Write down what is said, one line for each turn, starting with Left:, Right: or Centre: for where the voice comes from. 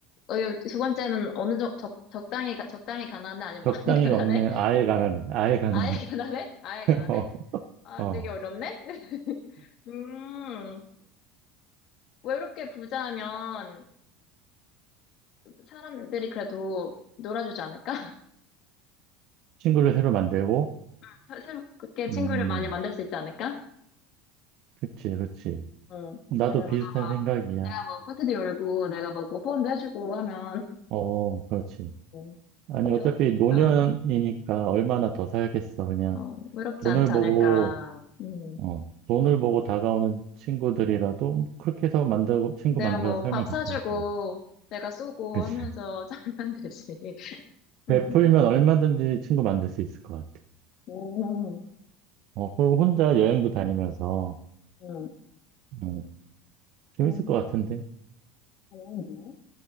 Left: 어, 이거 두 번째는 어느 정 적, 적당히 가- 적당히 가난해? 아니면
Right: 적당히
Left: 많이 <laughs>
Right: 없냐?
Left: 가난해?
Right: 아예 가난해. 아예 가난해.
Left: 아예 가난해? 아예
Right: <laughs>
Left: 가난해? 아,
Right: 어, 어.
Left: 되게 어렵네. <laughs> 음, 외롭게 부자면 사람들이 그래도 놀아주지 않을까?
Right: 친구를 새로 만들고,
Left: <laughs> 새- 새롭게 친구를
Right: 음,
Left: 많이 만들 수 있지 않을까?
Right: 그치, 그치.
Left: 어, 네,
Right: 나도
Left: 막
Right: 비슷한 생각이야.
Left: 내가 뭐 파티도 열고 내가 막뭐 후원도 해주고 하면
Right: 어, 그렇지.
Left: 어,
Right: 아니,
Left: 그럼
Right: 어차피
Left: 좀,
Right: 노년이니까
Left: 음,
Right: 얼마나 더 살겠어, 그냥.
Left: 어, 외롭지
Right: 돈을
Left: 않지 않을까.
Right: 보고,
Left: 음.
Right: 어, 돈을 보고 다가오는 친구들이라도 그렇게 해서 만들고, 친구
Left: 내가
Right: 만들어서
Left: 뭐
Right: 살면
Left: 밥
Right: 괜찮을
Left: 사주고
Right: 것 같아.
Left: 내가 쏘고
Right: 그치.
Left: 하면서 <laughs> 살면 되지.
Right: 베풀면
Left: 음.
Right: 얼마든지 친구 만들 수 있을 것 같아.
Left: 오, 어,
Right: 어, 그리고 혼자 여행도 다니면서,
Left: 음,
Right: 어, 재밌을
Left: 음,
Right: 것 같은데?
Left: 다행이네.